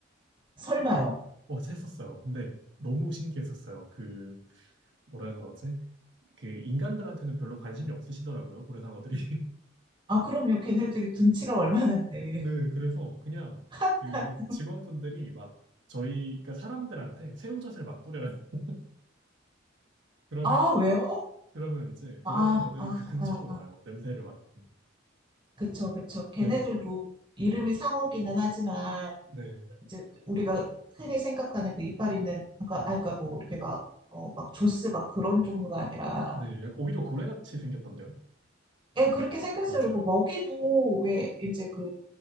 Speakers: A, on the right; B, on the right.
A: 설마요.
B: 어, 했었어요. 근데 너무 신기했었어요. 그, 뭐라 그러지? 그, 인간들한테는 별로 관심이 없으시더라고요, 고래상어들이.
A: 아, 그럼요. 걔네들이 둔치가 얼마나인데.
B: 네, 그래서 그냥
A: <laughs> 한낱.
B: 그 직원분들이 막 저희, 그러니까 사람들한테 새우젓을 막 뿌려요. <laughs> 그러면,
A: 아, 왜요?
B: 그러면 이제
A: 아,
B: 고래상어들이
A: 아,
B: 그 근처로
A: 아, 아.
B: 와요. 냄새를 맡고.
A: 그쵸, 그쵸. 걔네들도
B: 네,
A: 이름이 상어기는 하지만
B: 네,
A: 이제 우리가 흔히 생각하는 그 이빨 있는 그러니까 아까 뭐 이렇게 막 어, 막 조스 막 그런 종류가 아니라
B: 네. 약간 오히려 고래같이 생겼던데요.
A: 예, 그렇게 생겼어요.
B: 맞아요.
A: 그리고 먹이도 왜 이제 그,